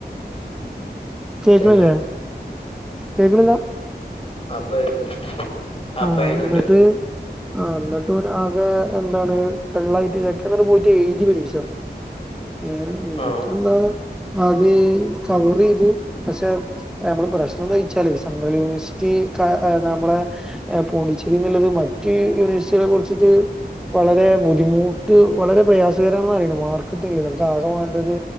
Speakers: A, in the centre; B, on the left (about 35°).
A: കേക്ക്ണില്ലേ
B: ഇല്ല ഇല്ല
A: കേക്ക്ണില്ല
B: ആഹ് ഇപ്പ കേക്ക്ണ്ട് അപ്പ
A: ആഹ്
B: കേക്ക്ണ്ട്
A: ന്ന്ട്ട് ആഹ് ന്ന്ട്ട് ഇവന് ആകെ എന്താണ് ഡെൾ ആയിട്ട് ചെക്കൻ പോയിട്ട് എഴുതി പരീക്ഷ എന്നിട്ട്ന്താ
B: ആഹ്
A: ആദ്യം കവർ ചെയ്തു പക്ഷെ നമ്മള് പ്രശ്നം എന്താന്ന് വെച്ചാൽ സെൻട്രൽ യൂണിവേഴ്സിറ്റി നമ്മളെ പോണ്ടിച്ചേരി എന്നുള്ളത് മറ്റ് യൂണിവേഴ്സിറ്റികളെ കുറിച്ചിട്ട് വളരെ ബുദ്ധിമുട്ട് വളരെ പ്രയാസക്കരാന്നാ അറിയുന്നത്ത് മാർക്ക് കിട്ടുന്നില്ല നമുക്ക് ആകെ വേണ്ടത്